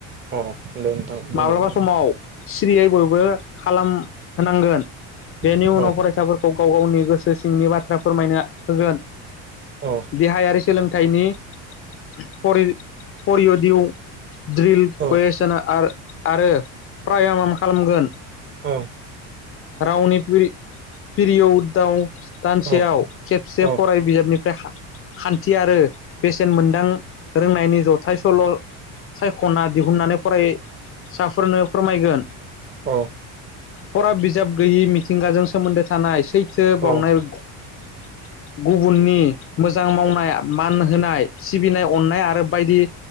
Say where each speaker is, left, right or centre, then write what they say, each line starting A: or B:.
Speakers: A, on the right (about 30°); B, on the left (about 35°).
A: अ दे नोंथां बुंलां
B: माब्लाबा समाव सिरियै बयबो खालाम होनांगोन बेनि
A: अ
B: उनाव फरायसाफोरखौ गाव गावनि गोसो सिंनि बाथ्रा फोरमायनो होगोन
A: अ
B: देहायारि सोलोंथाइनि <unintelligible> परि परियदिउ ड्रिल
A: अ
B: गय सन आर आरो प्रायामाम खालामगोन।
A: औ।
B: रावनि फिरि फिरिय दाउ थिआव
A: अ
B: खेबसे
A: औ
B: फराय बिजाबनिफ्राय खा खान्थि आरो बेसेन मोनदां रोंनायनि जथाय सल' सायख'ना दिहुननानै फराय साफोरनो फोरमायगोन।
A: औ
B: फरा बिजाब गैयि मिथिंगाजों सोमोन्दो थानाय सैथो बावनाय
A: औ
B: गुबुननि मोजां मावनाय मान होनाय सिबिनाय अननाय आरो बायदि